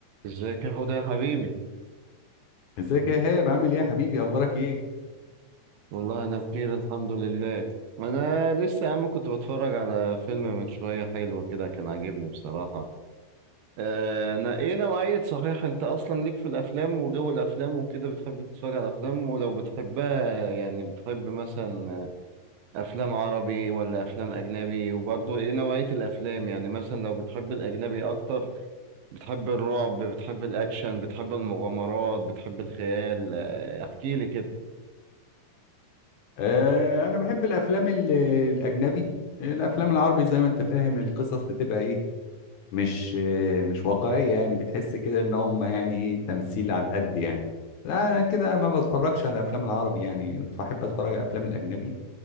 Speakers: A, on the right; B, on the left.
A: ازيك يا حوده يا حبيبي
B: ازيك يا هاب عامل ايه يا حبيبي اخبارك ايه
A: والله انا بخير الحمد لله انا لسه يا عم كنت بتفرج على فيلم من شويه حلو كده كان عاجبني بصراحه آه نا- ايه نوعيه صحيح انت اصلا ليك في الافلام وجو الافلام وكده بتحب تتفرج على الافلام ولو بتحبها يعني بتحب مثلا افلام عربي ولا افلام اجنبي وبرضه ايه نوعيه الافلام يعني مثلا لو بتحب الاجنبي اكتر بتحب الرعب بتحب الاكشن بتحب المغامرات بتحب الخيال آه احكي لي كده
B: آه انا بحب الافلام ال- الاجنبي الافلام العربي زي ما انت فاهم القصص بتبقى ايه مش آه مش واقعية يعني بتحس كده ان هم يعني ايه تمثيل على القد يعني لا انا كده ما بتفرجش على الافلام العربي يعني بحب اتفرج على الافلام الاجنبي